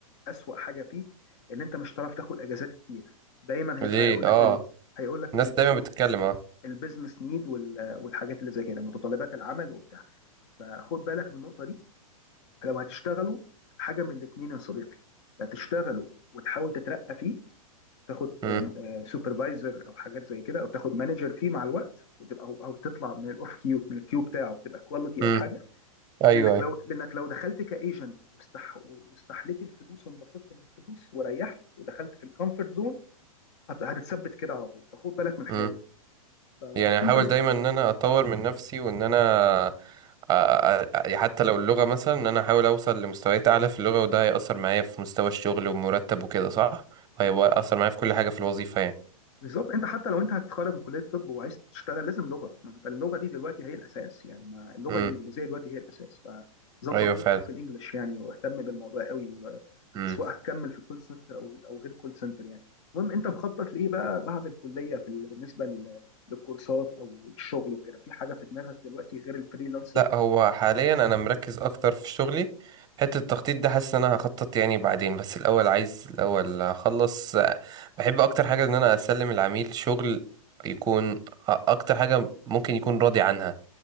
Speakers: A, on the left; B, on the right.
A: اسوأ حاجه فيه ان انت مش هتعرف تاخد اجازات كتير دايما هيبقى
B: ليه
A: يقول
B: اه
A: لك ال... هيقول لك
B: الناس
A: البيزنس
B: دايما بتتكلم اه
A: البيزنس نيد والحاجات اللي زي كده متطلبات العمل وبتاع فخد بالك من النقطه دي لو هتشتغلوا حاجه من الاثنين يا صديقي لا تشتغلوا وتحاول تترقى فيه تاخد
B: مم.
A: سوبرفايزر او حاجات زي كده او تاخد مانجر فيه مع الوقت وتبقى او, أو تطلع من الاوف كيو من الكيو بتاعه تبقى كواليتي
B: مم.
A: او حاجه
B: ايوه
A: لانك
B: ايوه
A: لو لانك لو دخلت كايجنت واستح واستحليت الفلوس وانبسطت من الفلوس وريحت ودخلت في الكومفورت زون هتتثبت كده على طول فخد بالك من الحكايه
B: مم.
A: دي فانت
B: يعني احاول دايما ان انا اطور من نفسي وان انا أ- أ- أ- حتى لو اللغة مثلا ان انا احاول اوصل لمستويات اعلى في اللغة وده هيأثر معايا في مستوى الشغل ومرتب وكده صح؟ هيأثر معايا في كل حاجة في الوظيفة يعني
A: بالظبط انت حتى لو انت هتتخرج من كليه الطب وعايز تشتغل لازم لغه ما انت اللغه دي دلوقتي هي الاساس يعني ما اللغه
B: امم
A: الانجليزيه دلوقتي هي الاساس فظبط
B: ايوه
A: نفسك
B: فعلا
A: في الانجليش يعني واهتم بالموضوع قوي و...
B: امم.
A: سواء هتكمل في كول سنتر او او غير كول سنتر يعني المهم انت مخطط لايه بقى بعد الكليه في ال... بالنسبه لل... للكورسات او الشغل وكده في حاجه في دماغك دلوقتي غير الفريلانسر
B: لا هو حاليا انا مركز اكتر في شغلي حته التخطيط ده حاسس ان انا هخطط يعني بعدين بس الاول عايز الاول اخلص بحب اكتر حاجه ان انا اسلم العميل شغل يكون اكتر حاجه ممكن يكون راضي عنها